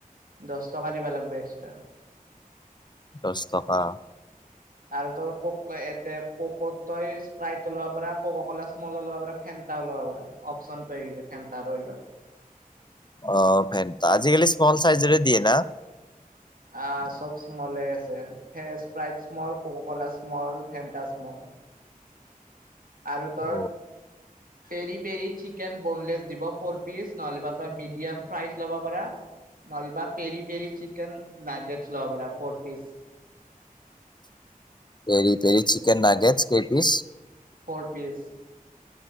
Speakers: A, on the right; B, on the left.
A: দছ টকা দিবা লাগিব এক্সট্ৰা
B: দছ টকা
A: আৰু তোৰ কোকলো এতে ককত তই স্প্ৰাইটো লৱ পাৰা কো'কো কোলা স্মলো লৱ পাৰা ফেন টা লব পাৰা অপশন পাই গেইছে ফেন্টাৰো এইবাৰ
B: অ', ফেন্টা আজিকালি স্মোল চাইজৰে দিয়ে না
A: আহ চব স্মোলে আছে veg Sprite small Coca Cola small Fanta small আৰু তই
B: অ
A: পেৰি পেৰি চিকেন বনলেছ দিব ফ'ৰ পিছ নহ'লে বা তই মিডিয়াম ফ্ৰাইজ ল'ব পাৰা নলবা পেৰি পেৰি চিকেন নাগেজ লব পাৰা ফৰ পাৰা
B: পেৰি পেৰি চিকেন নাগেজ কেই পিছ
A: <unintelligible>